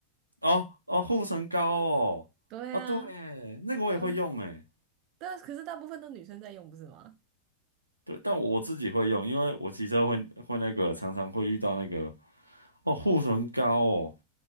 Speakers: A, on the right; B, on the right.
A: 哦哦，护唇膏哦，
B: 对啊，
A: 哦对，那个我也会用哎，
B: 对，但可是大部分都女生在用，不是吗？
A: 对，但我自己会用，因为我骑车会会那个，常常会遇到那个哦护唇膏哦，